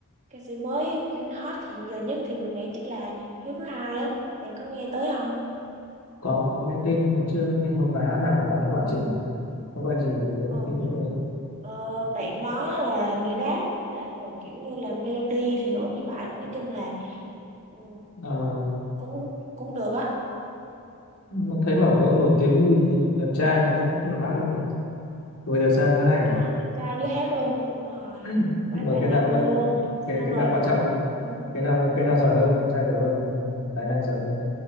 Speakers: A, on the right (about 35°); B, on the left (about 85°).
A: ca sĩ mới hot hiện giờ nhất thì mình nghĩ chắc là Hiếu thứ hai á bạn có nghe tới không
B: có có nghe tên nhưng mà chưa nghe một bài hát nào của bạn ấy hoàn chỉnh có bài gì này của
A: ờ
B: tí nữa rồi
A: ừ, ờ, bạn đó là hình như rap á, rap rồi kiểu như là melody thì nữa thì phải nói chung là Ừ,
B: À,
A: cũng cũng được á
B: mà thấy bảo cậu nổi tiếng vì đẹp trai mà chứ không phải hát đâu nhỉ vừa đẹp trai vừa hát này à
A: cá đẹp trai với hát luôn đúng rồi
B: <laughs>
A: quá
B: rồi
A: tài
B: cái
A: năng
B: nào quan
A: luôn xong
B: cái cái
A: rồi
B: nào quan trọng nhỉ?
A: ừ,
B: cái nào cái nào giỏi hơn đẹp trai giỏi hơn hay là tài năng giỏi hơn